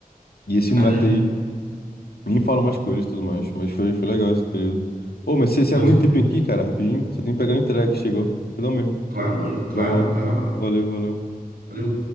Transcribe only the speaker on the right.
Caramba,
pode
crer.
Claro, mano,
claro.
Vai lá, vai lá.
Valeu.